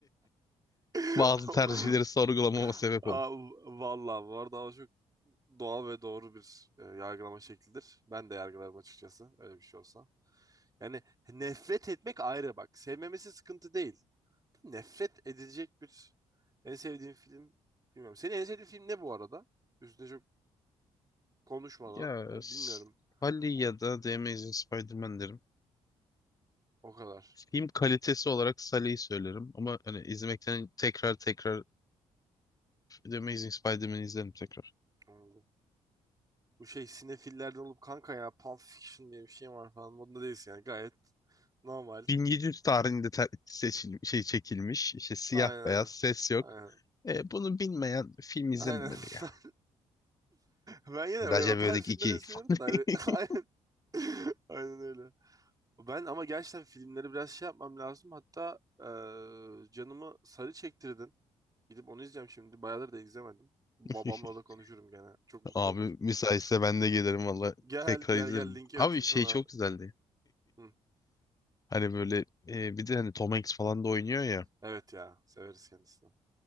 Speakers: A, on the right; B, on the left.
A: <laughs>
B: Bazı tercihleri
A: <laughs>
B: sorgulamama sebep
A: Aa,
B: olur.
A: Vallahi bu arada o çok doğal ve doğru bir e, yargılama şeklidir. Ben de yargılarım açıkçası öyle bir şey olsa. Yani nefret etmek ayrı bak. Sevmemesi sıkıntı değil. Nefret edilecek bir en sevdiğin film bilmiyorum. Senin en sevdiğin film ne bu arada? Üstüne çok konuşmadan
B: Ya
A: yani
B: s-
A: bilmiyorum.
B: Sully
A: O,
B: ya da The Amazing Spider-Man derim.
A: o kadar.
B: Film kalitesi olarak Sully'yi söylerim. Ama hani izlemekten tekrar tekrar The Amazing Spider-Man'i izlerim tekrar.
A: Anladım. Bu şey sinefillerden olup kanka ya Pulp Fiction diye bir şey var falan. Modunda değilsin yani gayet normal.
B: 1700 tarihinde ter- seçil şey çekilmiş. İşte siyah
A: Aynen.
B: beyaz ses yok.
A: Aynen.
B: E, bunu bilmeyen film izlememeli
A: Aynen. <laughs>
B: ya.
A: Ben yine
B: Recep
A: öyle, o tarz
B: İvedik
A: filmleri
B: 2.
A: seviyorum da hani,
B: <laughs>
A: <laughs> aynen. <laughs> Aynen öyle. Ben ama gerçekten filmleri biraz şey yapmam lazım. Hatta eee, canımı sarı çektirdin. Gidip onu izleyeceğim şimdi. Bayağıdır da izlemedim.
B: <laughs>
A: Babamla da konuşurum gene. Çok mutlu
B: Abi
A: olur.
B: müsaitse ben de gelirim valla
A: Gel
B: tekrar
A: gel
B: izlerim.
A: gel linki
B: Abi
A: atayım
B: şey
A: sana.
B: çok güzeldi.
A: Hı.
B: Hani böyle e, bir de hani Tom Hanks falan da oynuyor ya.
A: Evet ya. Severiz kendisini.